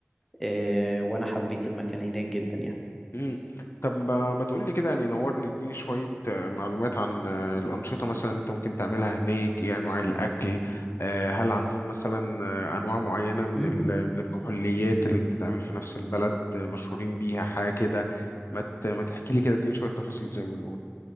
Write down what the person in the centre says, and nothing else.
آه، وانا حبيت المكان هناك جدا يعني
م-
م.